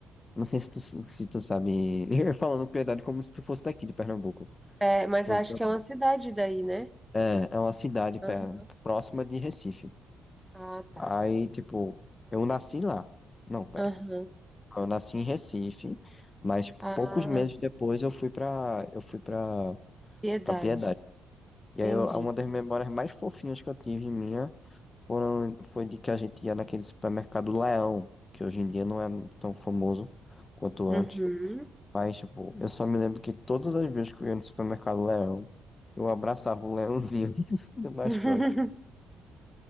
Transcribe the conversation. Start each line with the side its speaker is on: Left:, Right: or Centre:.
Left: Não sei se tu, se tu sabe. <laughs> Eu falando Piedade como se tu fosse daqui de Pernambuco.
Centre: É, mas
Left: Você-
Centre: acho que é uma cidade daí, né?
Left: É, é uma cidade pé-
Centre: Aham.
Left: próxima de Recife.
Centre: Ah, tá.
Left: Aí, tipo, eu nasci lá. Não, pera.
Centre: Aham.
Left: Eu nasci em Recife, mas
Centre: Ah,
Left: poucos meses depois eu fui para eu fui para
Centre: piedade.
Left: para Piedade. E
Centre: Entendi.
Left: aí eu- uma das memórias mais fofinhas que eu tive minha foram foi de que a gente ia naquele supermercado Leão, que hoje em dia não é tão famoso quanto
Centre: Uhum.
Left: antes. Mas, tipo, eu só me lembro que todas as vezes que eu ia no supermercado Leão, eu abraçava o leãozinho <laughs> do mascote.
Centre: <laughs>